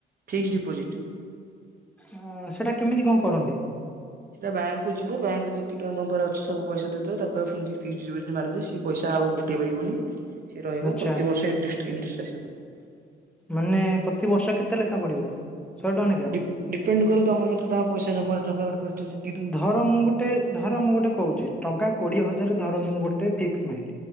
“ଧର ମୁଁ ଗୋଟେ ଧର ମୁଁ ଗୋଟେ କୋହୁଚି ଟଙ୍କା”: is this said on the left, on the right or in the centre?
Centre